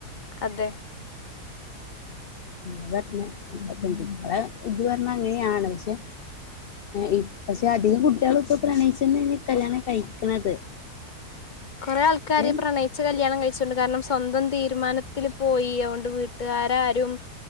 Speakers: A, on the left; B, on the left.
A: അതെ
B: അതാ പറഞ്ഞെ പെൺകുട്ടികളെ ഇത് പറഞ്ഞ അങ്ങനെയാണ് പക്ഷെ ഇ പക്ഷെ അധികം കുട്ടികളും ഇപ്പ പ്രണയിച്ചന്നെയാ കല്യാണം കഴിക്കണത്
A: കൊറേ ആൾക്കാര്
B: പക്ഷെ
A: പ്രണയിച്ച കല്യാണം കഴി ച്ചുണ്ട് കാരണം സ്വന്തം തീരുമാനത്തിൽ പോയി ഔണ്ട് വീട്ടുകാരാരും